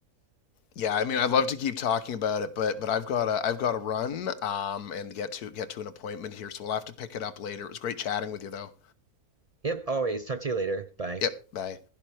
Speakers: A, on the left; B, on the right.
A: Yeah, I mean, I'd love to keep talking about it, but but I've got to I've got to run um and get to get to an appointment here, so we'll have to pick it up later. It was great chatting with you though.
B: Yep, always. Talk to you later. Bye.
A: Yep, bye.